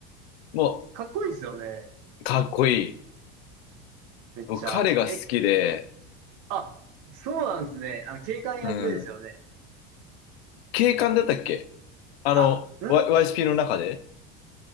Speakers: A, on the left (about 80°); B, on the right (about 60°).
A: う、も
B: かっこいいですよね。
A: う、かっこいい。
B: めっちゃ。
A: 僕、彼が好きで、
B: え、あ、そうなんですね。あの、警官役ですよね。
A: うん、警官だったっけあの、
B: あ、ん
A: Y- YSP の中で